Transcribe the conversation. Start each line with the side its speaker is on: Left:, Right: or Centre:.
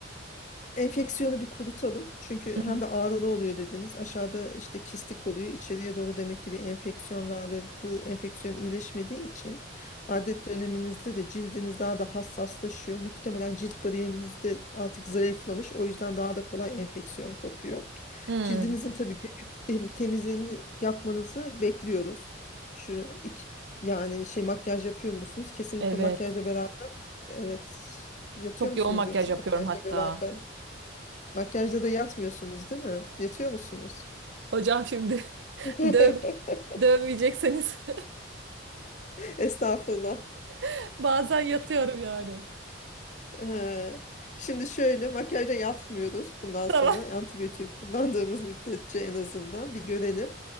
Left: Enfeksiyonu bir kurutalım. Çünkü
Right: Hı
Left: hem
Right: hı.
Left: de ağrılı oluyor dediniz. Aşağıda işte kistik oluyor. İçeriye doğru demek ki bir enfeksiyon var ve bu enfeksiyon iyileşmediği için adet döneminizde de cildiniz daha da hassaslaşıyor. Muhtemelen cilt bariyeriniz de artık zayıflamış. O yüzden daha da kolay enfeksiyon kapıyor.
Right: Hmm,
Left: Cildinizin tabii günlük tem- temizliğini yapmanızı bekliyoruz. Şu iki, yani şey makyaj yapıyor musunuz? Kesinlikle
Right: evet.
Left: makyajla beraber evet. Yatıyor
Right: Çok
Left: musunuz
Right: yoğun makyaj
Left: yoksa
Right: yapıyorum
Left: makyajla
Right: hatta.
Left: beraber? Makyajda da yatmıyorsunuz değil mi? Yatıyor musunuz?
Right: Hocam şimdi <laughs>
Left: <laughs>
Right: döv dövmeyecekseniz
Left: Estağfurullah.
Right: <laughs> bazen yatıyorum yani.
Left: Ee, şimdi şöyle makyajda yatmıyoruz. Bundan
Right: Tamam.
Left: sonra antibiyotik kullandığımız müddetçe en azından bir görelim.